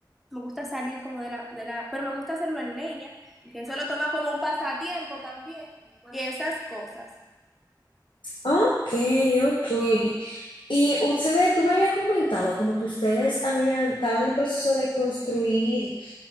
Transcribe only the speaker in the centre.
Me gusta salir como de la, de la, pero me gusta hacerlo en leña, que eso lo toma como un pasatiempo también, y esas cosas.